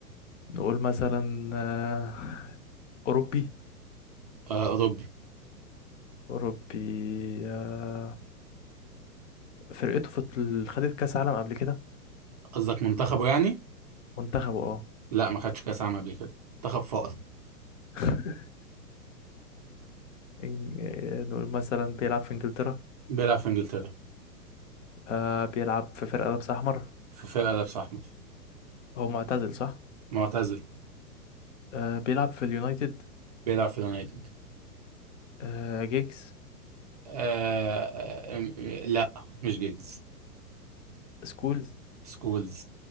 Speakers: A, on the left; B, on the right.
A: نقول مثلا آه اوروبي
B: آه، أوروبي
A: اوروبي آه فرقته في ال- خدت كاس عالم قبل كده
B: قصدك منتخبه يعني
A: منتخبه اه
B: لا ما خدش كأس عالم قبل كده منتخب فقر
A: <laughs> إن- آه، نقول مثلا بيلعب في انجلترا
B: بيلعب في إنجلترا
A: آه بيلعب في فرقة لابسة احمر
B: في فرقة لابس أحمر
A: هو معتزل صح
B: معتزل
A: آه بيلعب في اليونايتد
B: بيلعب في اليونايتد
A: آه جيجز
B: آه... آه، لا مش جيجز
A: سكولز،
B: سكولز